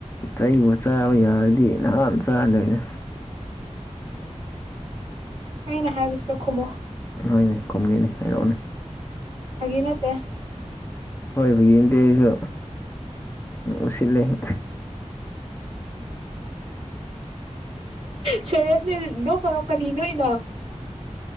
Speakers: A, on the left; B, on the right.
A: ꯆꯩꯕꯨ ꯆꯥꯕ ꯌꯥꯔꯗꯤ ꯅꯍꯥꯟ ꯆꯥꯅꯤꯗ
B: ꯑꯩꯅ ꯍꯥꯏꯕꯁꯤꯗ ꯈꯨꯝꯃꯣ
A: ꯍꯣꯏꯅꯦ ꯈꯨꯝꯒꯦꯅꯦ ꯍꯥꯏꯔꯛꯑꯣꯅꯦ
B: ꯐꯒꯤꯅꯠꯇꯦ
A: ꯍꯣꯏꯕꯒꯤ ꯌꯦꯡꯗꯦ ꯑꯩꯖꯨ ꯎꯁꯤꯜꯂꯦ <unintelligible>
B: ꯁꯦꯔꯦꯁꯅꯦ ꯅꯣꯛ ꯀꯅꯣ ꯀꯔꯤ ꯅꯣꯛꯏꯅꯣ